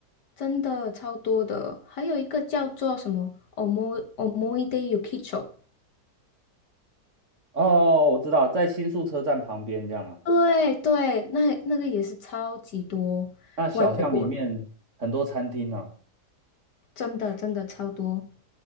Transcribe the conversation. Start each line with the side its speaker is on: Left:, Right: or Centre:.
Left: 真的超多的。还有一个叫做什么 Omo Omoide Yukicho。
Right: 哦，哦哦我知道，在新宿车站旁边这样嘛。
Left: 对对，那那个也是超级多外国人，
Right: 那小巷里面很多餐厅啊，
Left: 真的真的超多，